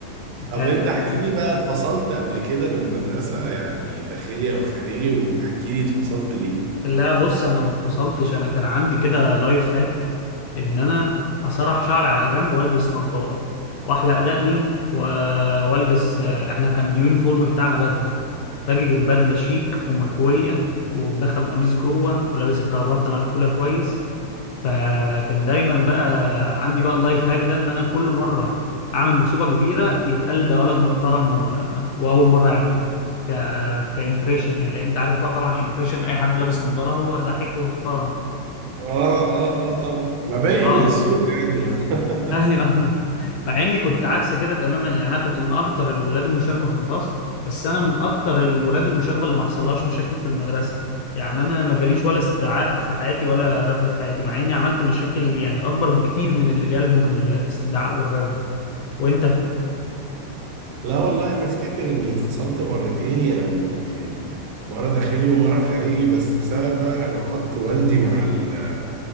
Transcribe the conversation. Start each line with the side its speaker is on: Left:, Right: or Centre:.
Right: طب
Left: آه،
Right: أنت احكي لي بقى اتفصلت قبل كده من المدرسة يعني داخلي أو خارجي واحكي لي اتفصلت ليه
Left: لا بص انا ما اتفصلتش انا كان عندي كده لايف هاك ان انا اسرح شعري على جنب والبس نظارة واحلق دقني و- والبس احنا كان اليونيفورم بتاعنا بدلة فاجيب البدلة شيك ومكوية ومدخل القميص جوه ولابس الكرافتة مقفولة كويس فكان دايما بقى عندي بقى اللايف هاك ده ان انا كل مره اعمل مصيبه كبيره يتقال ده ولد محترم و... واول مره يعملها ك كامبريشن يعني لان انت عارف بقى طبعا امبريشن اي حد لابس نظاره هو دحيح ومحترم
Right: آه آه آه طبعا ما باين
Left: اه
Right: الصورة يعني <laughs>
Left: ايوه <laughs> مع اني كنت عكس كده تماما يعني انا كنت من اكتر الولاد المشاغبه في الفصل بس انا من اكتر الولاد المشاغبه اللي ما حصلهاش مشاكل في المدرسه يعني انا ما جاليش ولا استدعاء في حياتي ولا رفض في حياتي مع اني عملت مشاكل يعني اكبر بكتير من اللي جالهم الاستدعاء والرفض وانت
Right: لا والله أنا أفتكر إني اتفصلت مرتين يعني مرة داخلي ومرة خارجي بس بسبب بقى علاقات والدي مع ال-